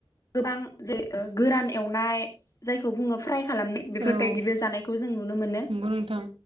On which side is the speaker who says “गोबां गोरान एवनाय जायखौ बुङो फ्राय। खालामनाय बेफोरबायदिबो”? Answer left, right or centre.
Left